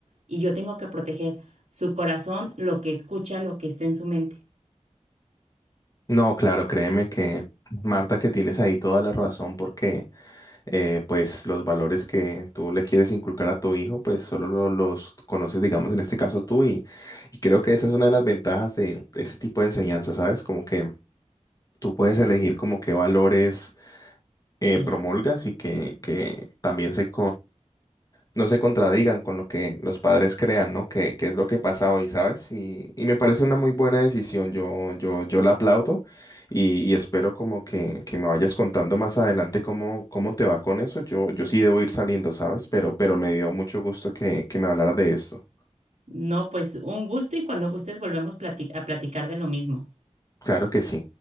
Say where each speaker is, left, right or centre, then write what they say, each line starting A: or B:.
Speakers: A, on the right; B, on the left.
A: y yo tengo que proteger su corazón, lo que escucha, lo que está en su mente.
B: No, claro, créeme que Marta, que tienes ahí toda la razón porque eh, pues los valores que tú le quieres inculcar a tu hijo, pues solo lo- los conoces, digamos, en este caso tú y, y creo que esa es una de las ventajas de ese tipo de enseñanza, ¿sabes? Como que tú puedes elegir como qué valores eh,
A: Sí.
B: promulgas y que, que también se, no se contradigan con lo que los padres crean, ¿no? Que, que es lo que pasa hoy, ¿sabes? Y, y me parece una muy buena decisión, yo, yo, yo la aplaudo y, y espero como que, que me vayas contando más adelante cómo, cómo te va con eso. Yo, yo sí debo ir saliendo, ¿sabes? Pero, pero me dio mucho gusto que, que me hablaras de esto.
A: No, pues un gusto y cuando gustes volvemos plati- a platicar de lo mismo.
B: Claro que sí.